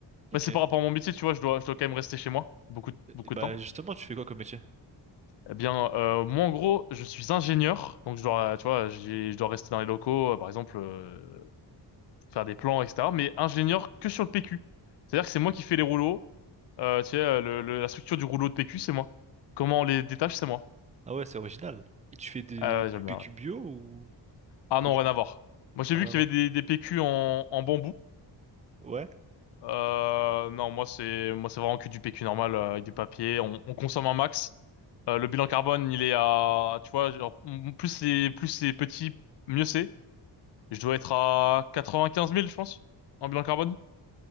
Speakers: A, on the right (about 20°); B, on the left (about 70°).
A: Ok.
B: Bah, c'est par rapport à mon métier, tu vois, je dois, je dois quand même rester chez moi beaucoup, de- beaucoup
A: Et bah
B: de temps.
A: justement tu fais quoi comme métier?
B: Eh bien, euh, moi, en gros, je suis ingénieur, donc je dois, tu vois, j'ai- je dois rester dans les locaux, euh, par exemple, euh, faire des plans, etc. Mais ingénieur que sur le PQ. C'est-à-dire que c'est moi qui fais les rouleaux. Euh, tu sais, euh, le- le- la structure du rouleau de PQ, c'est moi. Comment on les détache, c'est moi.
A: Ah ouais, c'est original. Et tu fais des-
B: Ah ouais,
A: du
B: j'aime
A: PQ
B: bien, ouais.
A: bio ou
B: Ah
A: pas
B: non,
A: du
B: rien
A: tout?
B: à voir. Moi, j'ai
A: Rien
B: vu qu'il
A: à voir.
B: y avait des, des PQ en, en bambou.
A: Ouais.
B: Euh, non, moi, c'est, moi, c'est vraiment que du PQ normal, euh, avec du papier. On, on consomme un max. Euh, le bilan carbone, il est à, tu vois, genre, m- plus c'est, plus c'est petit, mieux c'est. Je dois être à 95 000, je pense, en bilan carbone.